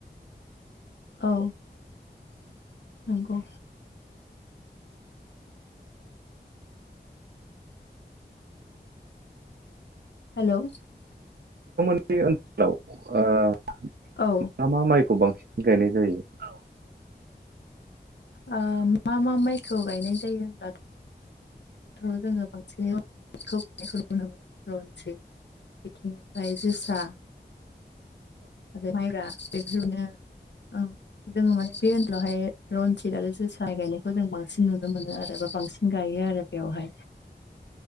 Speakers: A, on the left (about 80°); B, on the right (about 65°).
A: औ नंगौ हेलौ
B: बे ओनसोलाव आ
A: औ ओ
B: मा मा माइखौ बांसिन गायनाय जायो औ
A: ओ मा मा माइखौ गायनाय जायो होनब्लाथ' जोङो बांसिनखौ गायनायखौ नुनो मोनो रनजिद बिथिंनिफ्राय जोसा आरो माइब्रा बेदिनो ओं जोङो माने बे ओनसोलावहाय रन जिद आरो जोसा गायनायखौ जों बांसिन नुनो मोनो आरो बा बांसिन गायो आरो बेयावहाय